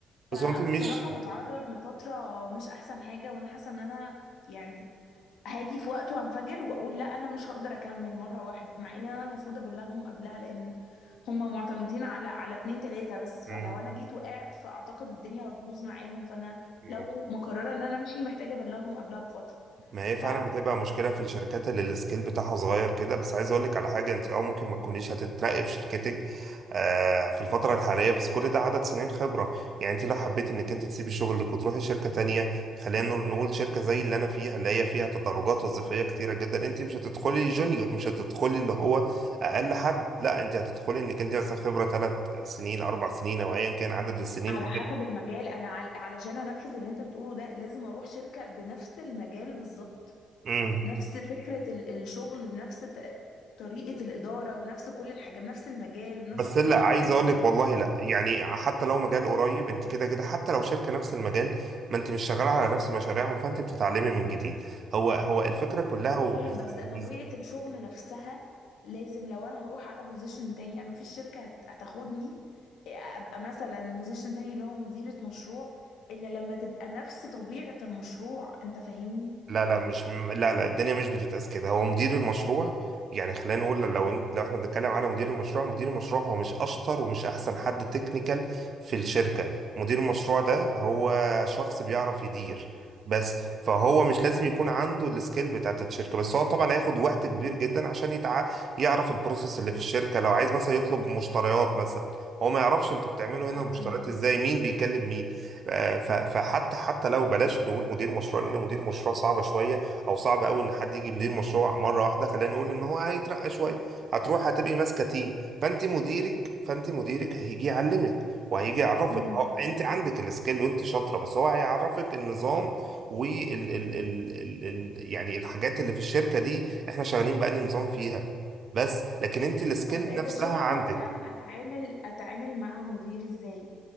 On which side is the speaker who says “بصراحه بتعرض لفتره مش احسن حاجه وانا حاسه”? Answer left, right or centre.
Left